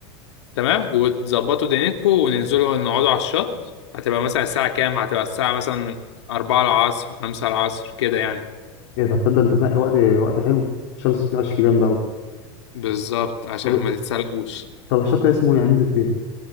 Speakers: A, on the left; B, on the left.
A: تمام وتظبطوا دنيتكم وننزلوا نقعدوا على الشط هتبقى مثلا الساعة كام هتبقى الساعة مثلا أربعة العصر خمسة العصر كده يعني
B: ايه ده تصدق انت منقي وقت وقت حلو الشمس بتنقش فيه جامد قوي
A: بالظبط عشان
B: طب
A: ما تتسلقوش
B: طب الشط ده اسمه يعني هننزل فين